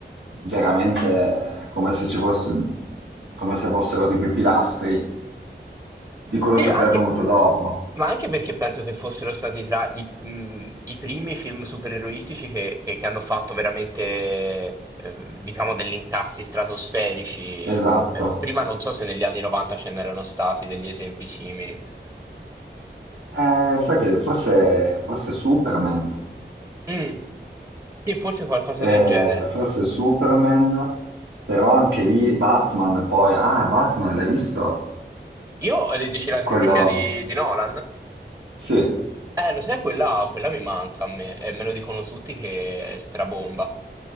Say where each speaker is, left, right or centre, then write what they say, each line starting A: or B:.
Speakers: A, on the right (about 85°); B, on the right (about 15°).
A: veramente è come se ci fosse, come se fossero tipo i pilastri di quello
B: Sì,
A: che
B: anche,
A: poi è venuto dopo.
B: ma anche perché penso che fossero stati tra i, mh, i primi film supereroistici che, che- che hanno fatto veramente, eh, diciamo, degli incassi stratosferici.
A: Esatto.
B: Mh, beh, Prima non so se negli anni 90 ce n'erano stati degli esempi simili.
A: Eh, sai che forse, forse Superman,
B: Mm, Sì, forse qualcosa
A: eh,
B: del genere.
A: forse Superman, però anche lì Batman, poi, ah, Batman, l'hai visto?
B: Io, eh, dici la trilogia
A: Quello,
B: di, di Nolan?
A: sì.
B: Eh, lo sai, quella, quella mi manca a me, e me lo dicono tutti che è strabomba.